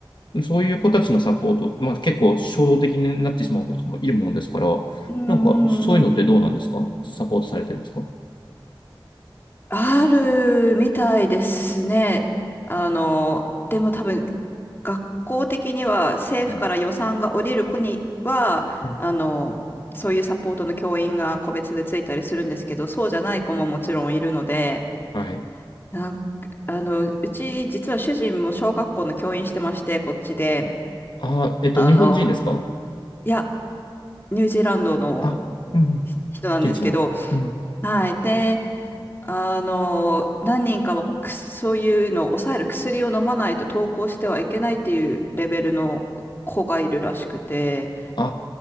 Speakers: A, on the left; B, on the left.
A: そういう子たちのサポート、まあ、結構衝動的になってしまう子とかもいるもんですから、
B: うんうんうん。
A: なんか、そういうのってどうなんですかサポートされてるんですか
B: あるみたいですね。あの、でも多分、学校的には政府から予算が下りる子には、
A: うんはい。うん
B: あの、そういうサポートの教員が個別でついたりするんですけど、そうじゃない子ももちろんいるので、
A: はい。
B: なんあの、うち実は主人も小学校の教員してまして、こっちで、
A: あー、えっと、
B: あの、
A: 日本人ですか
B: いや、ニュージーランドの
A: あ、うん。
B: 人なんですけど、
A: 現地の。うん。
B: はい。で、あの、何人かはこうくすそういうのを抑える薬を飲まないと登校してはいけないっていうレベルの子がいるらしくて、
A: あ